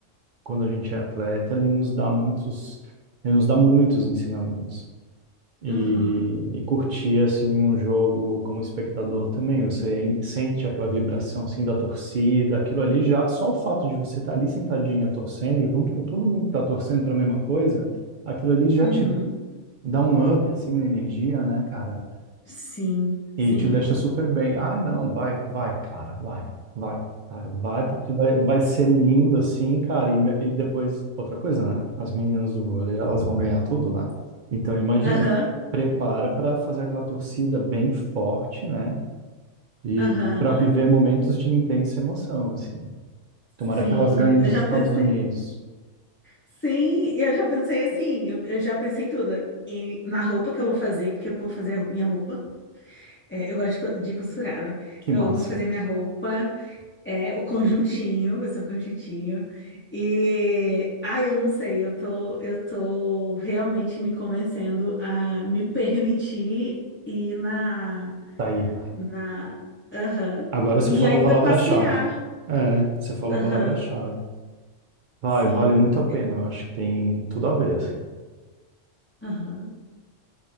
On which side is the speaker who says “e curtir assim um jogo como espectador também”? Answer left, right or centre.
Right